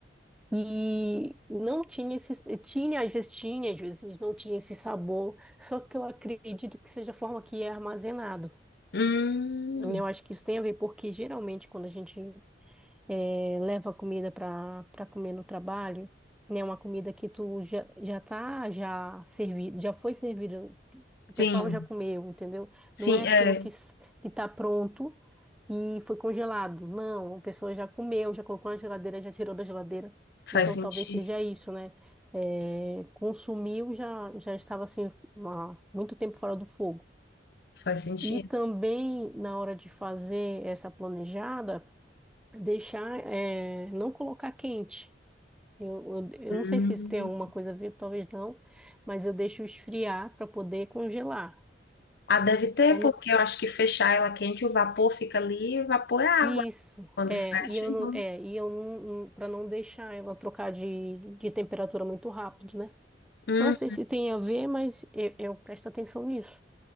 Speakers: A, in the centre; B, on the left.
A: E não tinha esse, tinha, às vezes tinha, às vezes não tinha esse sabor, só que eu acredito que seja a forma que é armazenado.
B: Hum,
A: Eu acho que isso tem a ver, porque geralmente quando a gente eh, leva comida para para comer no trabalho, né? Uma comida que tu já, já tá já servido, já foi servida, o
B: sim,
A: pessoal já comeu, entendeu?
B: sim,
A: Não é aquilo
B: é,
A: que s- que tá pronto e foi congelado. Não, a pessoa já comeu, já colocou na geladeira, já tirou da geladeira.
B: faz
A: Então
B: sentido,
A: talvez seja isso, né? Eh, consumiu, já, já estava assim, há muito tempo fora do fogo.
B: faz sentido.
A: E também na hora de fazer essa planejada, deixar, é, não colocar quente. Eu, eu,
B: Hum.
A: eu não sei se isso tem alguma coisa a ver, talvez não, mas eu deixo esfriar para poder congelar.
B: Ah, deve ter,
A: Pra não,
B: porque eu acho que fechar ela quente, o vapor fica ali, o vapor é água
A: isso,
B: quando
A: é,
B: fecha,
A: e eu
B: então.
A: não, é, e eu não, para não deixar ela trocar de, de temperatura muito rápido, né?
B: Uhum.
A: Não sei se tem a ver, mas eu, eu presto atenção nisso.